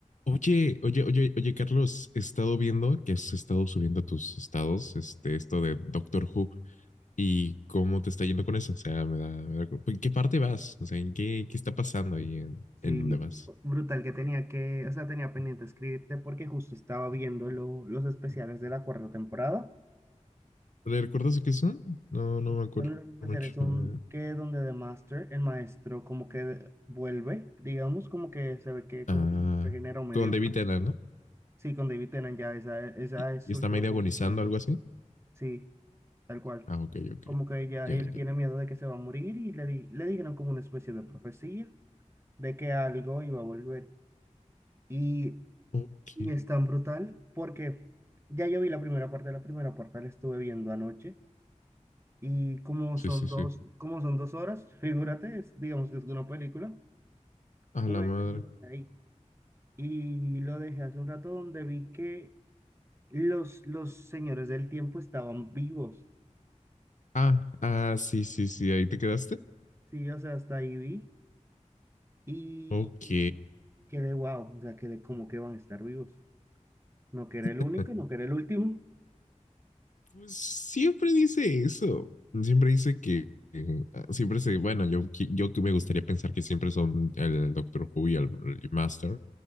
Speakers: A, on the left; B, on the right.
A: Oye, oye, oye, oye, Carlos, he estado viendo que has estado subiendo a tus estados, este, esto de Doctor Who y cómo te está yendo con eso. O sea, me da, me da- ¿en qué parte vas? O sea, ¿en qué, qué está pasando ahí en, en
B: Sí,
A: dónde vas?
B: brutal que tenía que, o sea, tenía pendiente escribirte porque justo estaba viendo lo- los especiales de la cuarta temporada.
A: ¿Le ¿Recuerdas de qué son? No, no me acuerdo
B: Bueno, los especiales
A: mucho.
B: son
A: eh.
B: que donde The Master, el maestro, como que vuelve, digamos, como que se ve que
A: Ah,
B: como que se regeneró medio
A: con David
B: mal.
A: Tennant, ¿no?
B: Sí, con David Tennant ya, esa, esa
A: Y,
B: es
A: y
B: su
A: está
B: última
A: medio
B: temporada.
A: agonizando, algo así.
B: Sí, tal cual.
A: Ah, ok, ok.
B: Como que ya
A: Ya,
B: él tiene
A: ya.
B: miedo de que se va a morir y le, di- le dijeron como una especie de profecía de que algo iba a volver. Y
A: Ok.
B: Y es tan brutal porque ya yo vi la primera parte, la primera parte la estuve viendo anoche y como
A: Sí,
B: son
A: sí,
B: dos,
A: sí.
B: como son dos horas, <laughs> figúrate, es- digamos que es una película,
A: A
B: pues
A: la madre.
B: lo dejé ahí. Y lo dejé hace un rato donde vi que los, los señores del tiempo estaban vivos,
A: Ah, ah, sí, sí, sí. Ahí te quedaste.
B: sí, o sea, hasta ahí vi y
A: Ok.
B: quedé wow, o sea, quedé como que van a estar vivos. No que era el
A: <laughs>
B: único, no que era el último.
A: Pues siempre dice eso. Siempre dice que, que, ah, siempre se, bueno, yo, qui- yo que me gustaría pensar que siempre son el Doctor Who y el, el Master,